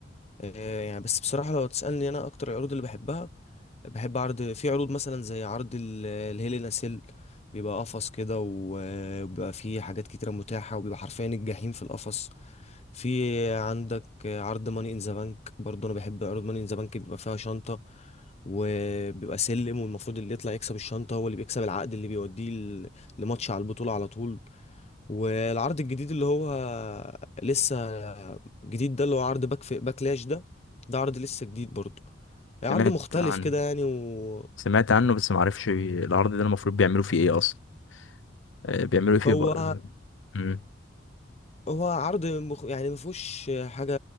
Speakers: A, on the left; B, on the left.
A: آه، يعني بس بصراحة لو تسألني أنا أكتر العروض اللي بحبها بحب عرض في عروض مثلا زي عرض ال- الهيلين أسيل بيبقى قفص كده و- آه، وبيبقى فيه حاجات كتيرة متاحة وبيبقى حرفيا الجحيم في القفص في عندك عرض ماني إن ذا بانك برضه أنا بحب عروض ماني إن ذا بانك بيبقى فيها شنطة وبيبقى سلم والمفروض اللي يطلع يكسب الشنطة هو اللي بيكسب العقد اللي بيوديه ل- لماتش على البطولة على طول والعرض الجديد اللي هو لسه جديد ده اللي هو عرض باك في باكلاش ده ده عرض لسه جديد برضه عرض
B: سمعت
A: مختلف
B: عن
A: كده يعني وهو
B: سمعت عنه بس ما اعرفش العرض ده المفروض بيعملوا فيه ايه اصلا آه، بيعملوا ايه فيه
A: هو
B: ب... مم.
A: هو عرض مخ... يعني مفهوش حاجة